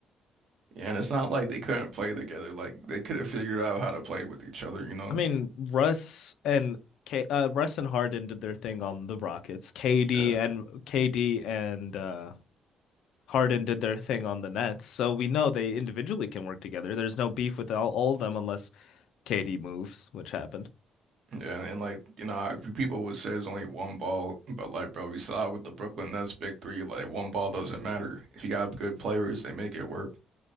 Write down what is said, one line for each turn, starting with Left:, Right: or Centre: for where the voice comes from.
Right: Yeah, and it's not like they couldn't play together. Like they could have figured out how to play with each other, you know.
Left: I mean, Russ and K, uh, Russ and Harden did their thing on the Rockets. KD
Right: Yeah,
Left: and KD and uh, Harden did their thing on the Nets. So we know they individually can work together. There's no beef with all, all of them unless KD moves, which happened
Right: yeah, and like you know, I- people would say there's only one ball, but like, bro, we saw with the Brooklyn Nets big three, like one ball doesn't matter. If you got good players, they make it work.